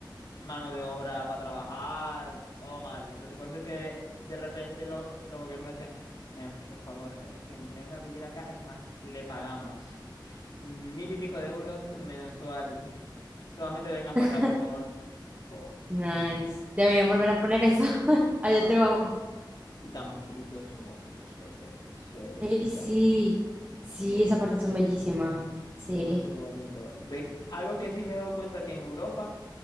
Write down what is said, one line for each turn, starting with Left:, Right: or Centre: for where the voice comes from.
Left: mano de obra para trabajar, todo mal. Entonces por eso es que de repente lo- los gobiernos decían, "Em, por favor, en quien venga a vivir acá, es más, le pagamos mil y pico de euros mensual. <laughs> Solamente vengan
Right: <laughs>
Left: para acá, por favor. Por favor.
Right: Nice. Deberían volver a poner eso. <laughs> Allá
Left: Va,
Right: te
Left: pues.
Right: vamos.
Left: Y, tan, bo- y todo eso es bonito, Suecia, todo- Suecia,
Right: Ey,
Left: Suiza,
Right: sí, sí,
Left: es muy bonito.
Right: esas partes son bellísimas. Sí.
Left: Se me hace bonito. Ve, que- algo que sí me he dado cuenta que en Europa